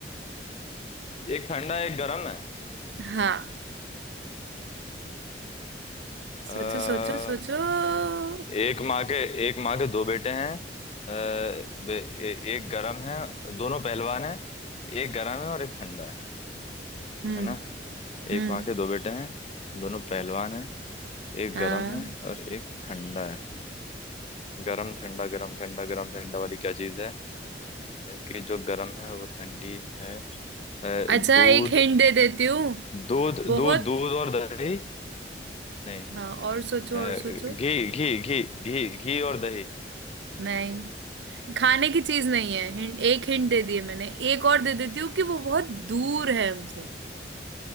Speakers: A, on the left; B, on the right.
A: एक ठंडा एक गर्म है
B: <laughs> हाँ
A: अ,
B: सोचो सोचो सोचो हम्म
A: एक माँ के एक माँ के दो बेटे हैं अ, बे- ए- एक गर्म है दोनों पहलवान हैं एक गर्म है और एक ठंडा है
B: हम्म
A: है ना
B: हम्म
A: एक माँ के दो बेटे हैं दोनों पहलवान हैं एक
B: हाँ
A: गर्म है और एक ठंडा है गरम ठंडा गरम ठंडा गरम ठंडा वाली क्या चीज है अ, कि जो गरम है वो ठंडी है अ,
B: अच्छा
A: दूध
B: एक हिंट दे देती हूँ
A: दूध
B: बहुत
A: दूध दूध और दही नहीं
B: हाँ और सोचो
A: अ,
B: और सोचो
A: घी घी घी घी घी और दही
B: नहीं खाने की चीज नहीं है हिंट एक हिंट दे दिए मैंने एक और दे देती हूँ कि वो बहुत दूर है हमसे